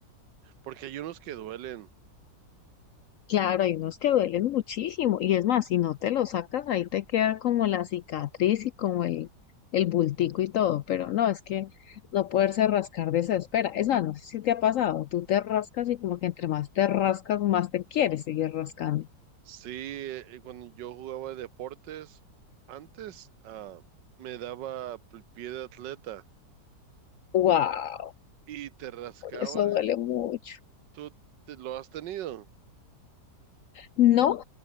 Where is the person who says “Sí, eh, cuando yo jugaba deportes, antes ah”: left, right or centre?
Right